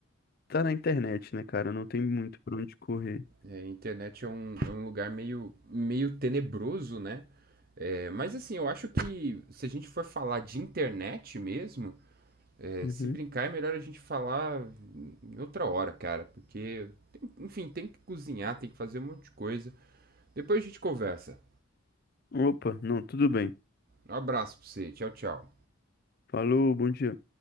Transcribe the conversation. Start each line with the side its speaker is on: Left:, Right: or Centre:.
Left: tá na internet, né, cara? Não tem muito pra onde correr.
Right: É, a internet é um, é um lugar meio, meio tenebroso, né? É, mas assim, eu acho que se a gente for falar de internet mesmo, É,
Left: Uhum.
Right: se brincar, é melhor a gente falar em outra hora, cara, porque, tem- enfim, tem que cozinhar, tem que fazer um monte de coisa. Depois a gente conversa.
Left: Opa, não, tudo bem.
Right: Um abraço pra você, tchau, tchau.
Left: Falou, bom dia.